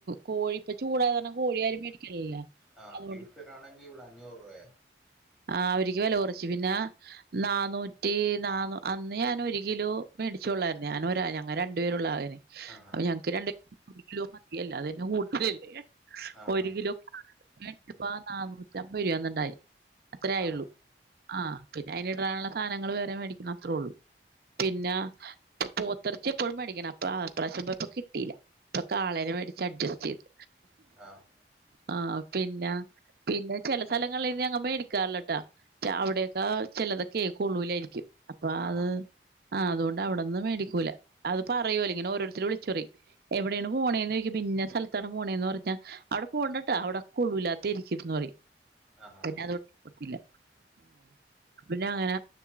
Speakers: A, on the right (about 55°); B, in the centre.
A: കോഴി ഇപ്പ ചൂടായ കാ രണം, കോഴിയാരും മേടിക്കണില്ല.
B: ആഹ്,
A: അതുകൊണ്ട്
B: ബീഫിനാണെങ്കി ഇവിടെ അഞ്ഞൂറൂ വയ.
A: ആഹ് അവരിക്ക് വെല കൊറച്ച് പിന്ന നാന്നൂറ്റി നാന്നൂ അന്ന് ഞാന് ഒരു കിലോ മേടിച്ചൊള്ളാരുന്നു ഞാന് ഒരാ ഞങ്ങ രണ്ടുപേരുള്ള ആകെ
B: ആഹ്
A: അപ്പൊ ഞങ്ങക്ക് രണ്ട് കിലോ മതിയല്ല അതന്നെ കൂടുതലല്ലേ
B: ആഹ്
A: ഒരു കിലോ എൻക്കിപ്പ നാനൂറ്റമ്പത് രൂപന്നുണ്ടായി അത്രെ ആയൊള്ളൂ
B: ആഹ്
A: ആഹ് പിന്നെ അയ്ന് ഇടാനുള്ള സാധനങ്ങള് വേറെ മേടിക്കണം അത്രേള്ളൂ പിന്ന പോത്തെറച്ചി എപ്പഴും മേടിക്കണം അപ്പൊ അപ്രാവിശ്യം പോയപ്പ കിട്ടീല്ല അപ്പ കാളേനെ മേടിച്ച് അഡ്ജസ്റ്റ് ചെയ്ത്
B: ആഹ്
A: ആഹ് പിന്ന പിന്നെ ചില സ്ഥലങ്ങളീന്ന് ഞങ്ങ മേടി ക്കാറില്ലാട്ടാ ചവിടക്കെ ചെലതൊക്കെ കൊള്ളൂല്ലാരിക്കും അപ്പ
B: ആഹ്
A: അത്
B: ആഹ്
A: ആഹ് അതോണ്ട് അവിടന്ന് മേടിക്കൂല അത് പറയൂല്ല ഇങ്ങനെ ഓരോരുത്തരും വിളിച്ചുറയും എവിടെയാണ് പോണേന്ന് ചോയിക്കമ്പ ഇന്ന സ്ഥലത്താണ് പോണേന്ന് പറഞ്ഞ അവ്ടെ പോണ്ടട്ടാ അവിടെക്കെ കൊള്ളൂല്ല തെരിക്കീന്ന് പറയും
B: ആഹ്
A: അതോണ്ട് കൊർത്തീല പിന്ന അങ്ങന